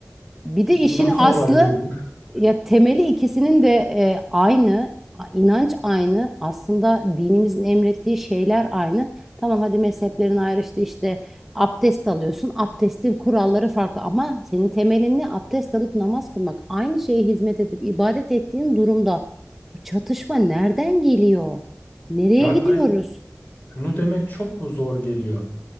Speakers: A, in the centre; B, on the left.
A: bir de işin
B: nasıl
A: aslı
B: olabilir bu? <laughs>
A: ya temeli ikisinin de e, aynı a- inanç aynı aslında dinimizin emrettiği şeyler aynı. Tamam hadi mezheplerin ayrıştı işte abdest alıyorsun abdestin kuralları farklı ama senin temelin ne abdest alıp namaz kılmak aynı şeye hizmet edip ibadet ettiğin durumda bu çatışma nereden geliyor? Nereye
B: Ya
A: gidiyoruz?
B: ay, şunu demek çok mu zor geliyor?